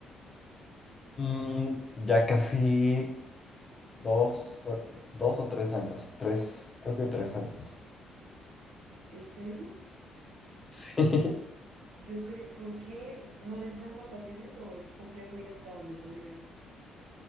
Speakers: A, on the left (about 30°); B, on the right (about 65°).
A: Mm, ya casi dos, dos o tres años, tres, creo que tres años.
B: ¿En serio?
A: <laughs>
B: Yo creo, ¿por qué no les dan vacaciones o es complejo ir hasta donde tú vives?